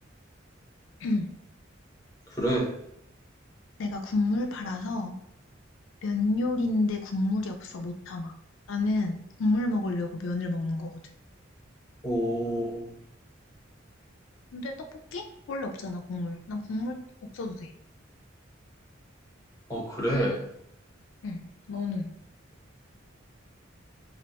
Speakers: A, on the left; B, on the left.
A: <clears throat>
B: 그래.
A: 내가 국물 팔아서 면 요리인데 국물이 없어 못 참아. 나는 국물 먹으려고 면을 먹는 거거든.
B: 오,
A: 근데 떡볶이? 원래 없잖아, 국물. 난 국물 없어도 돼.
B: 어, 그래.
A: 응, 너는?